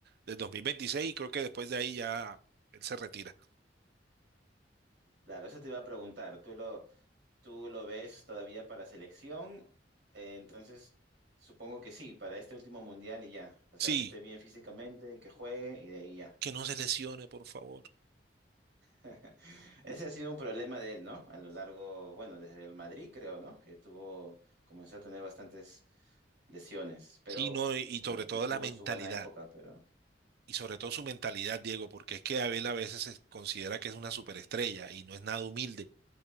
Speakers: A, on the right (about 60°); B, on the right (about 80°).
A: del 2026 y creo que después de ahí ya él se retira.
B: Claro, eso te iba a preguntar, ¿tú lo, ¿Tú lo ves todavía para selección? Eh, entonces, supongo que sí, para este último mundial y ya. O sea,
A: Sí,
B: que esté bien físicamente y que juegue y de ahí ya.
A: que no se lesione, por favor.
B: <laughs> Ese ha sido un problema de él, ¿no? A lo largo, bueno, desde el Madrid creo, ¿no? Que tuvo, comenzó a tener bastantes lesiones, pero
A: Sí, no, y y
B: bueno,
A: sobre
B: tu-
A: todo
B: tuvo
A: la mentalidad.
B: su buena época, pero
A: Y sobre todo su mentalidad, Diego, porque es que Abel a veces se considera que es una superestrella y no es nada humilde.